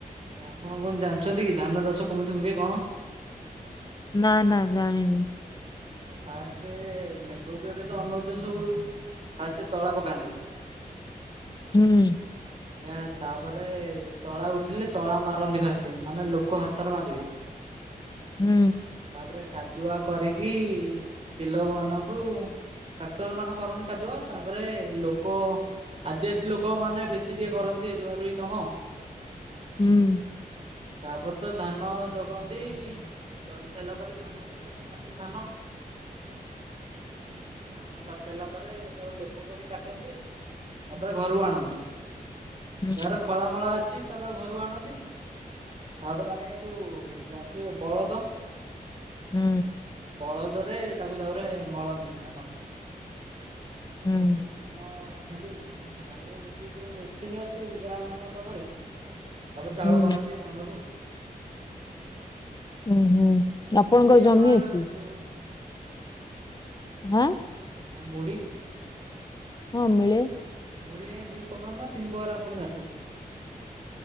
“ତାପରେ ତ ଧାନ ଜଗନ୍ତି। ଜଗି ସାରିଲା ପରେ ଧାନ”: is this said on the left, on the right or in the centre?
Right